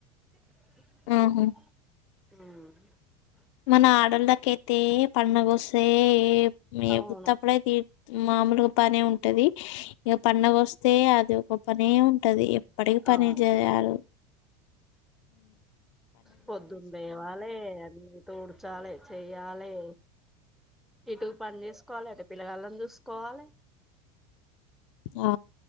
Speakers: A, in the centre; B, on the left.
A: అ
B: ఉహు మన ఆడళ్ళకయితే పండగొస్తే మే
A: అవును
B: పుత్తపుడే తీ మామూలుగా పనే ఉంటది ఇక పండగ వస్తే అది ఒక పనే ఉంటది ఎప్పటికి పనే
A: అవును
B: చేయాల
A: పొద్దున్ లేవాలే అన్ని తోడుచాలే చెయాలే ఇటు పని చేసుకోవాలె అటు పిల్లగాళ్ళని చూసుకోవాలే
B: ఆ